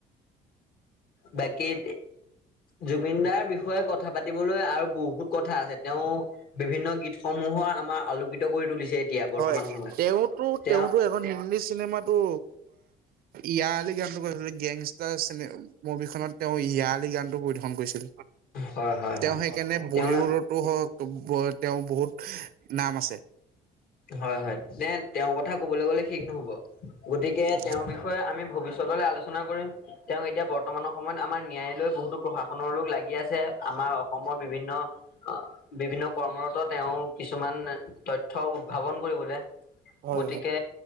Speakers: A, on the left; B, on the right.
A: বাকী এ জুবিন দাৰ বিষয়ে কথা পাতিবলৈ আৰু বহুত কথা আছে তেওঁ বিভিন্ন গীতসমূহৰ আমাৰ আলোকিত কৰি তুলিছে। এতিয়া বৰ্তমান
B: হয়
A: সময়ত
B: তেওঁতো
A: তেওঁ
B: তেওঁতো এখন হিন্দী চিনেমাত টো ইয় আলি গানতটো গৈছিলো গেংষ্টাৰ চনে মুভিখনত। তেওঁ ইয় আলি গানটো পৰিদৰ্শন কৰিছিল
A: হয় হয়
B: তেওঁ
A: হয়
B: সেইকাৰণে বলীউডত
A: তেওঁ
B: তো তেওঁ বহুত নাম আছে।
A: হয় হয় তে তেওঁৰ কথা কবলৈ গলে ঠিক নহব গতিকে
B: হয়।
A: তেওঁৰ বিষয়ে আমি ভৱিষ্যতলৈ আলোচনা কৰিম। তেওঁক এতিয়া বৰ্তমানৰ সময়ত আমাৰ ন্যায়ালয়ে বহুতো প্ৰশাসনৰ লোক লাগি আছে আমাৰ অসমৰ বিভিন্ন বিভিন্ন কৰ্মৰত তেওঁ কিছুমান তথ্য উদ্ভাৱন কৰিবলৈ
B: হয়
A: গতিকে
B: হয়